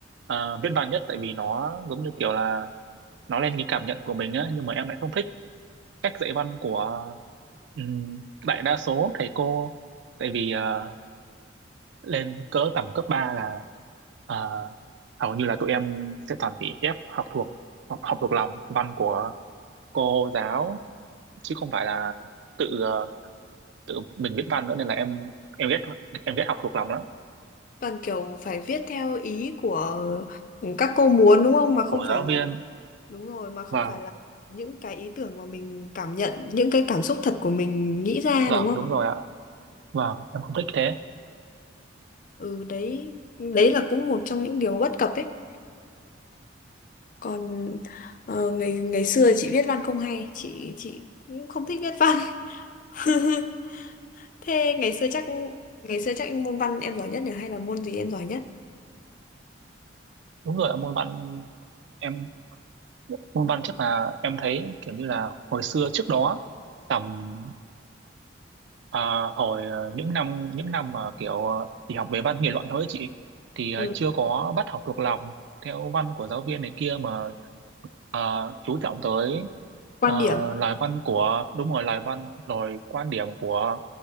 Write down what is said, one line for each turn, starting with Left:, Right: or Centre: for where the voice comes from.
Right: ờ, viết văn nhất tại vì nó giống như kiểu là nó lên cái cảm nhận của mình á nhưng mà em lại không thích cách dạy văn của ừm, đại đa số thầy cô tại vì ờ, lên cỡ tầm cấp 3 là ờ, hầu như là tụi em sẽ toàn bị ép học thuộc học, học thuộc lòng văn của cô giáo chứ không phải là tự ờ, tự mình biết văn nữa nên là em em ghét em ghét học thuộc lòng lắm
Left: Toàn kiểu phải viết theo ý của các cô muốn đúng không? Mà
Right: của
Left: không phải
Right: giáo
Left: là
Right: viên
Left: đúng rồi mà không
Right: vâng
Left: phải là những cái ý tưởng mà mình cảm nhận, những cái cảm xúc thật của mình nghĩ ra
Right: vâng
Left: đúng không?
Right: đúng rồi ạ vâng em không thích thế
Left: Ừ đấy, đấy là cũng một trong những điều bất cập ấy. còn ờ, ngày ngày xưa chị viết văn không hay chị chị cũng không thích viết văn <laughs> thế ngày xưa chắc ngày xưa chắc môn văn em giỏi nhất nhỉ hay là môn gì em giỏi nhất
Right: đúng rồi ạ, môn văn em môn văn chắc là em thấy kiểu như là hồi xưa trước đó tầm à, hồi à, những năm những năm mà kiểu à, chỉ học về văn nghị luận thôi ấy chị thì à,
Left: Ừ.
Right: chưa có bắt học thuộc lòng theo văn của giáo viên này kia mà à, chú trọng tới
Left: Quan
Right: à,
Left: điểm.
Right: lời văn của đúng rồi lời văn rồi quan điểm của